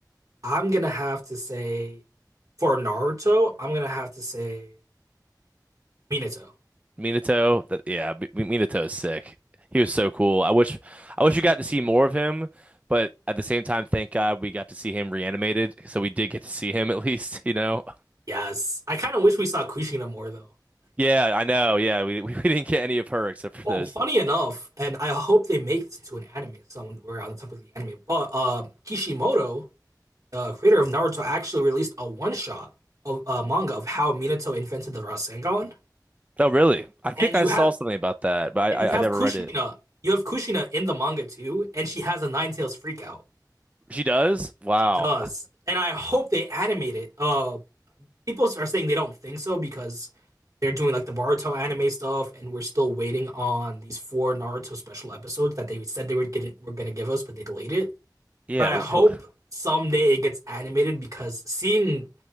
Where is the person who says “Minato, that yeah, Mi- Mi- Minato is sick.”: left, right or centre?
Right